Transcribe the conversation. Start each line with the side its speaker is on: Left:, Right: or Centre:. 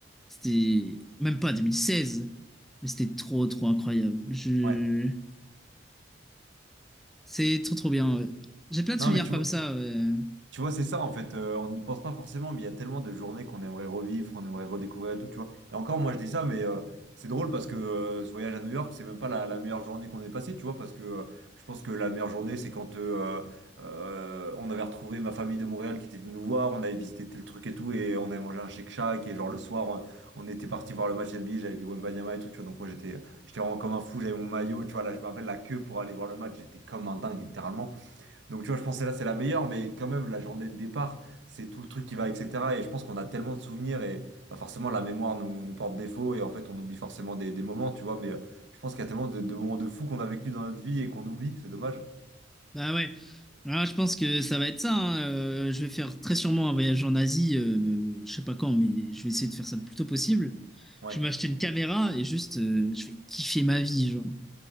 Centre: C'était même pas deux mille seize mais c'était trop, trop incroyable. Je...
Right: Ouais.
Centre: C'est trop, trop bien. ouais. J'ai plein de
Right: Non,
Centre: souvenirs
Right: mais tu,
Centre: comme ça. ouais.
Right: Tu vois, c'est ça en fait, euh, on n'y pense pas forcément, mais il y a tellement de journées qu'on aimerait revivre, qu'on aimerait redécouvrir et tout, tu vois. Et encore, moi je dis ça, mais euh, c'est drôle parce que euh, ce voyage à New York, c'est même pas la, la meilleure journée qu'on ait passée, tu vois, parce que euh, je pense que la meilleure journée, c'est quand euh, euh, on avait retrouvé ma famille de Montréal qui était venue nous voir, on avait visité tel truc et tout, et on avait mangé un Shake Shack, et genre le soir, on, on était parti voir le match NBA, j'avais vu Wembanyama et tout, tu vois, donc moi j'étais j'étais vraiment comme un fou, j'avais mon maillot, tu vois, là je me rappelle la queue pour aller voir le match, j'étais comme un dingue, littéralement. Donc tu vois, je pense que là, c'est la meilleure, mais quand même, la journée de départ, c'est tout le truc qui va, etc. Et je pense qu'on a tellement de souvenirs et bah, forcément, la mémoire nous, nous porte défaut et en fait, on oublie forcément des, des moments, tu vois. Mais euh, je pense qu'il y a tellement de, de moments de fou qu'on a vécu dans notre vie et qu'on oublie, c'est dommage.
Centre: Bah ouais. Ah, je pense que ça va être ça. hein. Euh, je vais faire très sûrement un voyage en Asie, euh, je sais pas quand, mais je vais essayer de faire ça le plus tôt possible.
Right: Ouais.
Centre: Je vais m'acheter une caméra et juste, euh, je vais kiffer ma vie, genre.